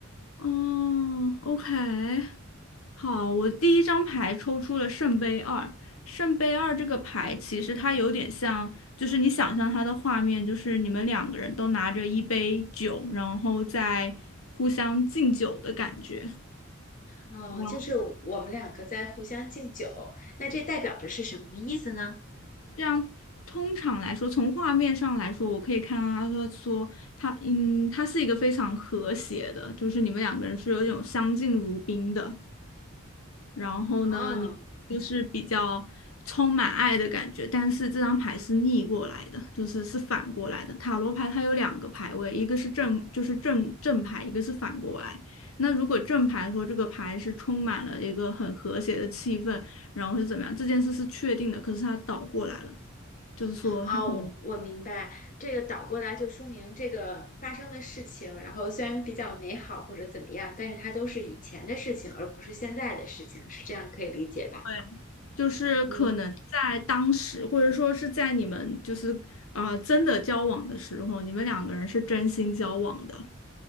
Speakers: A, on the left; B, on the left.
A: 哦，OK，好，我第一张牌抽出了圣杯二。圣杯二这个牌其实它有点像，就是你想象它的画面，就是你们两个人都拿着一杯酒，然后在互相敬酒的感觉。
B: 哦，
A: 哇，
B: 就是我们两个在互相敬酒，那这代表着是什么意思呢？
A: 这样通常来说，从画面上来说，我可以看到他说说他，嗯，他是一个非常和谐的，就是你们两个人是有一种相敬如宾的。然后呢，
B: 哦，
A: 你就是比较充满爱的感觉，但是这张牌是逆过来的，就是是反过来的。塔罗牌它有两个牌位，一个是正，就是正正牌，一个是反过来。那如果正牌说这个牌是充满了一个很和谐的气氛，然后是怎么样，这件事是确定的，可是它倒过来了，就是说它可能。
B: 哦，我明白，这个倒过来就说明这个发生的事情，然后虽然比较美好或者怎么样，但是它都是以前的事情，而不是现在的事情，是这样可以理解吧？
A: 对就是可能在当时，
B: 嗯。
A: 或者说是在你们就是呃真的交往的时候，你们两个人是真心交往的。